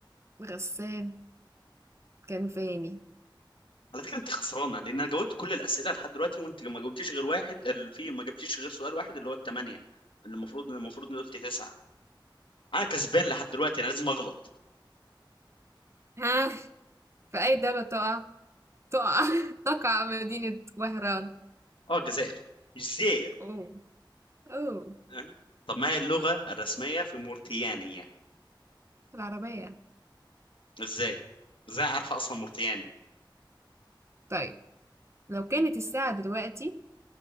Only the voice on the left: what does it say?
على فكرة انت خسرانة لان انا جاوبت كل الأسئلة لحد دلوقتي وانت ما جاوبتيش غير واحد ال- في ما جبتيش غير سؤال واحد اللي هو الثمانية اللي المفروض المفروض إني قلت تسعة انا كسبان لحد دلوقتي انا لازم اغلط
اه الجزائر الجزائر
أه؟ طب ما هي اللغة الرسمية في موريتانيا
ازاي ازاي عارفة اصلا موريتانيا